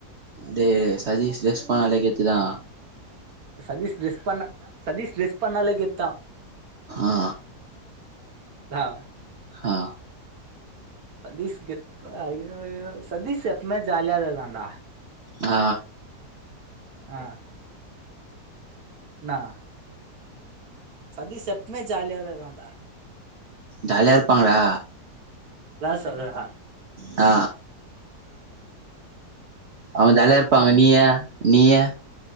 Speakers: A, on the right; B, on the right.
A: டேய் சதீஷ் டிரஸ் பன்னாலே கெத்துதா
B: சதீஷ் டிரஸ் பன்னா சதீஷ் டிரஸ் பன்னாலே கெத்தா
A: ஆ
B: ஆ
A: ஆ
B: சதீஷ் கெத்து பா ஐய்யய்யோ சதீஷ் எப்பவுமே ஜாலியா <unintelligible> ண்டா
A: ஆ
B: ஆ என்னா சதீஷ் எப்பவுமே ஜாலியா தா ர்க்கான் டா
A: ஜாலியா ர்ப்பாங்க டா
B: என்னா சொல்ற டா
A: ஆ அவங்க ஜாலியார்ருப்பாங்க
B: ஆ
A: நீயெ நீயெ